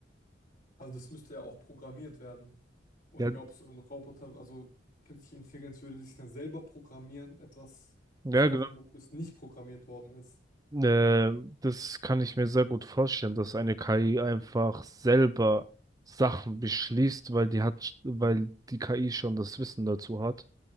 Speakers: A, on the left (about 45°); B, on the right (about 20°).
A: also das müsste ja auch programmiert werden. Oder
B: Ja,
A: glaubst du, ein Roboter, also künstliche Intelligenz würde sich dann selber programmieren, etwas
B: ja,
A: zu machen,
B: genau.
A: wo es nicht programmiert worden ist?
B: Äh, das kann ich mir sehr gut vorstellen, dass eine KI einfach selber Sachen beschließt, weil die hat, weil die KI schon das Wissen dazu hat.